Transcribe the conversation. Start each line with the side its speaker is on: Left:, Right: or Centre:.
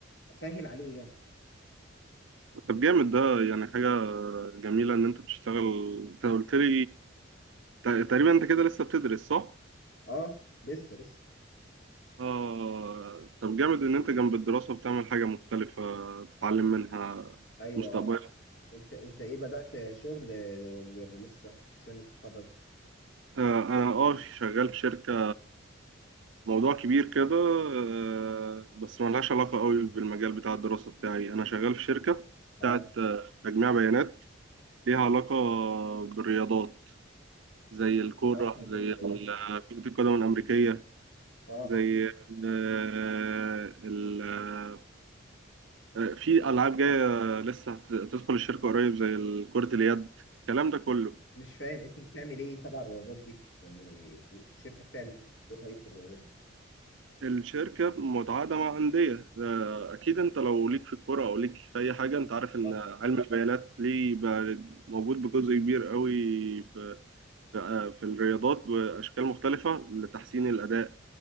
Left: سهل عليه يعني
Right: طب جامد ده يعني حاجة جميلة ان انت بتشتغل انت قلت لي ت- تقريبا انت كده لسه بتدرس صح
Left: اه لسه لسه
Right: اه طب جامد ان انت جنب الدراسة بتعمل حاجة مختلفة تتعلم منها
Left: ايوه
Right: مستقبلا
Left: آه. انت انت ايه بدأت شغل آه، ولا لسه سنة تتخرج
Right: آه، انا اه شغال في شركة موضوع كبير كده آه، بس ملهاش علاقة قوي بالمجال بتاع الدراسة بتاعي أنا شغال في شركة
Left: اه
Right: بتاعت آه، تجميع بيانات ليها علاقة بالرياضات زي الكورة
Left: لا بتاخد
Right: زي
Left: الهيدات
Right: ال- كرة القدم الأمريكية
Left: اه
Right: زي آه، ال- آه، في ألعاب جاية لسه هت- هتدخل الشركة قريب زي ال- كرة اليد الكلام ده كله
Left: مش فاهم انت بتعمل ايه تبع الرياضات دي يعني الشركه بتعمل ايه دفعيه الرياضات دي
Right: الشركة متعاقدة مع أندية آه، أكيد أنت لو ليك في الكورة أو ليك في أي حاجة أنت عارف إن
Left: اه
Right: علم البيانات ليه بقى موجود بجزء كبير قوي في في آه، في الرياضات بأشكال مختلفة لتحسين الأداء